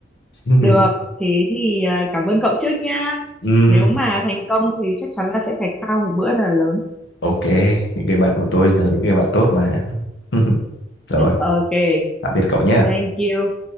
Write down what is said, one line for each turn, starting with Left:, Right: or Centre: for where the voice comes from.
Left: <laughs>
Centre: được. Thế thì à, cảm ơn cậu trước nha.
Left: ừ.
Centre: Nếu mà thành công thì chắc chắn là sẽ phải khao một bữa thật là lớn.
Left: Ok, những người bạn của tôi là những người bạn tốt mà. <laughs> Rồi,
Centre: Ok,
Left: tạm biệt cậu nhé.
Centre: thank you.